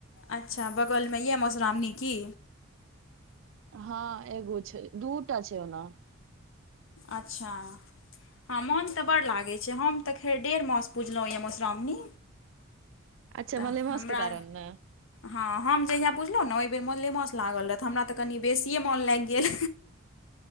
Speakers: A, on the left (about 65°); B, on the right (about 65°).
A: अच्छा बगलमे यऽ मधुश्रावणी की?
B: हँ एगो छै दूटा छै ओनाॅं।
A: अच्छा। हँ मोन तऽ बड लागैत छै हम तऽ खैर डेढ़ मांस पुजलहुँ यए मधुश्रावणी।
B: अच्छा
A: तऽ
B: मलेमांसके
A: हमरा
B: कारण ने।
A: हँ हम जहिया पुजलहुँ ने ओहि बेर मोलेमास लागल रऽह त हमरा तऽ कनि बेसिए मोन लागि गेल।